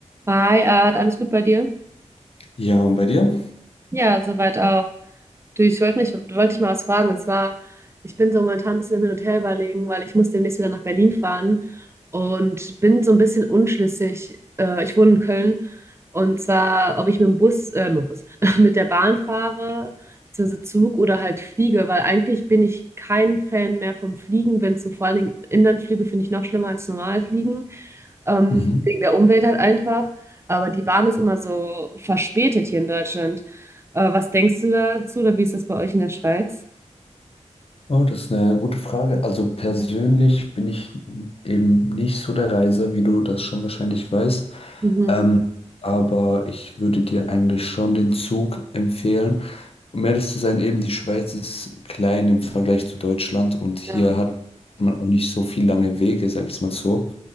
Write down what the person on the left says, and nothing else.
Ja, und bei dir?
Mhm.
Oh, das ist eine gute Frage. Also persönlich bin ich eben nicht so der Reiser, wie du das schon wahrscheinlich weißt.
Ähm, aber ich würde dir eigentlich schon den Zug empfehlen. Um ehrlich zu sein, eben die Schweiz ist klein im Vergleich zu Deutschland und hier
hat man auch nicht so viel lange Wege, sag ich es mal so.